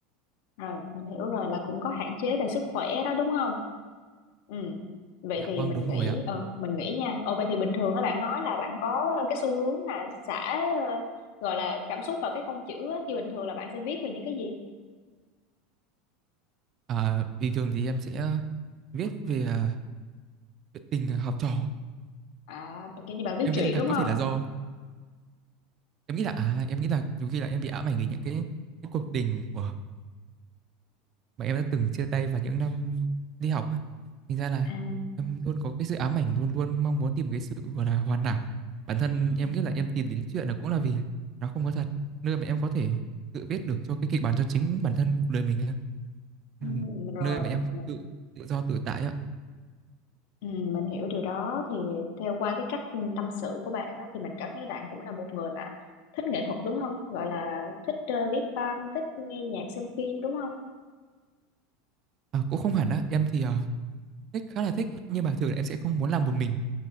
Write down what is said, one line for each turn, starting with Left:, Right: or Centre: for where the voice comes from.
Left: Rồi, mình hiểu rồi là cũng có hạn chế về sức khỏe đó đúng không? Ừ. Vậy
Right: dạ
Left: thì
Right: vâng
Left: mình
Right: đúng
Left: nghĩ
Right: rồi ạ
Left: ừ, mình nghĩ nha. Ồ vậy thì bình thường các bạn nói là bạn có cái xu hướng là xả ờ, gọi là cảm xúc vào cái con chữ á, thì bình thường là bạn sẽ viết về những cái gì?
Right: à, bình thường thì em sẽ viết về à, chuyện tình học trò
Left: À kiểu như bạn viết
Right: em
Left: truyện
Right: nghĩ là
Left: đúng
Right: có
Left: không?
Right: thể là do em nghĩ là à em nghĩ là nhiều khi là em bị ám ảnh vì những cái cái cuộc tình của mà em đã từng chia tay vào những năm đi học á thành ra là
Left: À,
Right: em luôn có cái sự ám ảnh luôn luôn mong muốn tìm cái sự gọi là hoàn hảo bản thân em
Left: à,
Right: nghĩ là em tìm đến chuyện là cũng là vì nó không có thật nơi mà em có thể tự viết được cho cái kịch bản cho chính bản thân cuộc đời mình á.
Left: ừ,
Right: Ừ,
Left: rồi
Right: nơi mà em
Left: mình,
Right: tự tự do tự tại ạ
Left: ừ, mình hiểu điều đó thì theo qua cái cách tâm sự của bạn á, thì mình cảm thấy bạn cũng là một người mà thích nghệ thuật đúng không? Gọi là thích ờ, viết văn, thích nghe nhạc, xem phim đúng không?
Right: à, cũng không hẳn á em thì ờ, thích khá là thích nhưng mà thường là em sẽ không muốn làm một mình